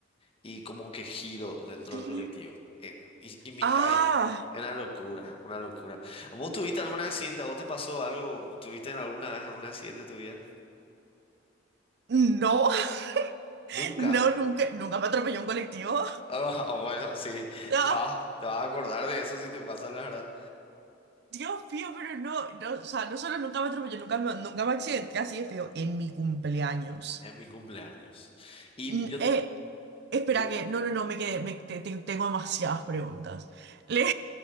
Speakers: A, on the left; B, on the right.
A: y como que giro dentro
B: ¿Qué?
A: del colectivo. Eh, Y, y mi-
B: Ah,
A: ay, es una locura, una locura. ¿Vos tuviste algún accidente? ¿A vos te pasó algo? ¿Tuviste en alguna vez algún accidente en tu vida?
B: no, <laughs>
A: Nunca.
B: no,
A: <laughs>
B: nunca, nunca me atropelló un colectivo.
A: Ah, ah, bueno, sí,
B: No,
A: te vas, te vas a acordar de eso si te pasa, la verdad.
B: Dios mío, pero no, no, o sea, no solo nunca me atropelló, nunca me, nunca me accidenté así de feo en mi cumpleaños.
A: En mi cumpleaños. Y
B: Mm,
A: yo,
B: Eh, espera
A: bu-
B: que, no, no, no, me quedé, me- te- te- tengo demasiadas preguntas. <laughs> Le-